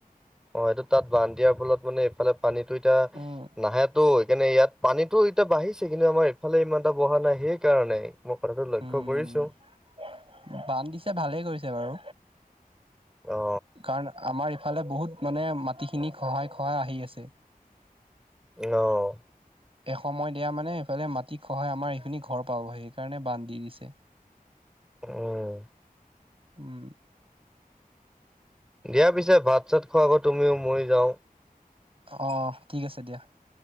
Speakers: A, in the centre; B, on the right (about 35°).
A: অ' সেইটো তাত বান্ধ দিয়াৰ ফলত মানে এইফালে পানীটো এতিয়া
B: উম
A: নাহেতো। মানে ইয়াত পানীতো এতিয়া বাঢ়িছে কিন্তু আমাৰ ইফালে ইমান এটা বঢ়া নাই সেইকাৰণে। মই কথাটো লক্ষ্য
B: উম
A: কৰিছো।
B: বান্ধ দিছে ভালেই কৰিছে বাৰু,
A: অ
B: কাৰণ আমাৰ ফালে বহুত মানে মাটিখিনি খহাই, খহাই আহি আছে।
A: অ',
B: এসময়ত এয়া মানে সেফালে মাটিত খহাই আমাৰ এইখিনি ঘৰ পাব। সেইকাৰণে বান্ধ দি দিছে।
A: উম।
B: উম।
A: দিয়া পিছে ভাত চাত খোৱা আকৌ তুমিও মই যাওঁ।
B: অ' ঠিক আছে দিয়া।